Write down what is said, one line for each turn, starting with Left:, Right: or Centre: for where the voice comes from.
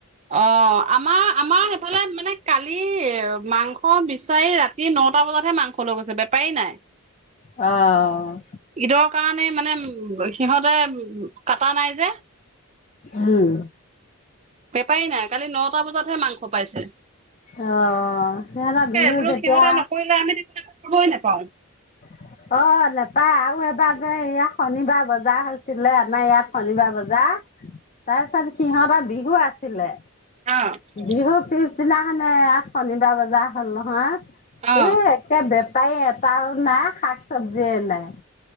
Right: অ', আমাৰ, আমাৰ সেইফালে মানে কালি মাংস বিচাৰি ৰাতি নটা বজাতহে মাংস লৈ গৈছে, বেপাৰী নাই।
Left: অ'।
Right: ঈদৰ কাৰণে মানে উ সিহঁতে কাটা নাই যে।
Left: উম।
Right: বেপাৰী নাই কালি নটা বজাতহে মাংস কপাইছে
Left: অ', সিহঁতৰ বিহুত
Right: বোলো
Left: যেতিয়া
Right: সিহঁতে নকৰিলে আমি <unintelligible>
Left: অ', নেপায় আৰু এবাৰ যে ইয়াত শনিবাৰ বজাৰ হৈছিলে আমাৰ ইয়াত শনিবাৰ বজাৰ তাৰ পিছত সিহঁত বিহু আছিলে।
Right: খাবই নাপাওঁ
Left: বিহু পিছদিনাখনে এয়া শনিবাৰ বজাৰ হ'ল নহয়।
Right: অ
Left: এ, একে বেপাৰী এটাও। নাই শাক চব্জি এই নাই।